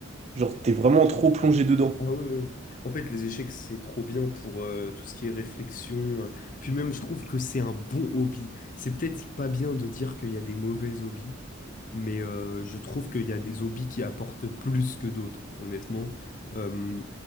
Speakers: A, on the right; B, on the left.
A: genre, t'es vraiment trop plongé dedans.
B: Ah ouais, ouais. En fait, les échecs, c'est trop bien pour euh, tout ce qui est réflexion. Puis même, je trouve que c'est un bon hobby. C'est peut-être pas bien de dire qu'il y a des mauvais hobbies, mais euh, je trouve qu'il y a des hobbies qui apportent plus que d'autres, honnêtement. Euh,